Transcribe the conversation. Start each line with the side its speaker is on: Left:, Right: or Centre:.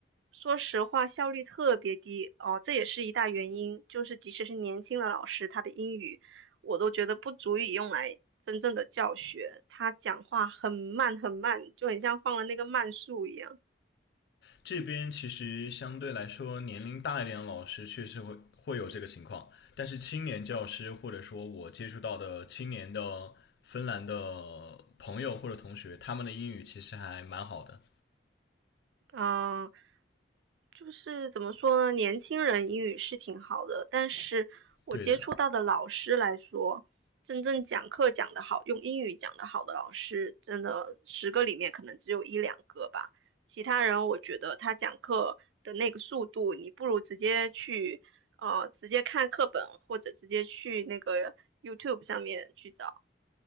Right: 说实话效率特别低哦，这也是一大原因，就是即使是年轻的老师，他的英语我都觉得不足以用来真正的教学，他讲话很慢很慢，就很像放了那个慢速一样，
Left: 这边其实相对来说年龄大一点的老师确实会会有这个情况，但是青年教师或者说我接触到的青年的芬兰的朋友或者同学，他们的英语其实还蛮好的。
Right: 嗯、就是怎么说呢，年轻人英语是挺好的，但是我接触到的老师来说，
Left: 对的，
Right: 真正讲课讲得好，用英语讲得好的老师，真的十个里面可能只有一两个吧。其他人，我觉得他讲课的那个速度，你不如直接去呃直接看课本，或者直接去那个 YouTube 上面去找。